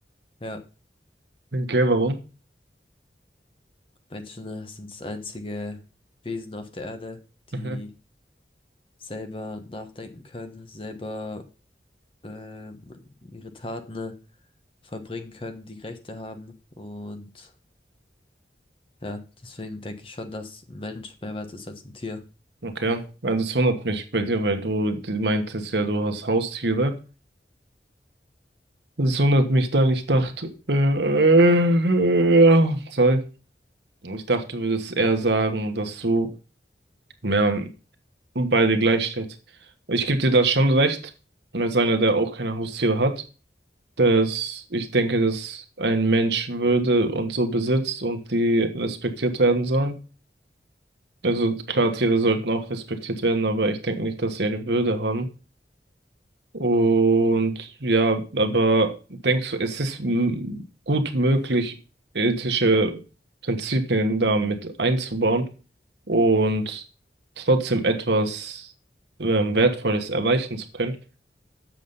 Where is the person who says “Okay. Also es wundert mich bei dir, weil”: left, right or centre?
Right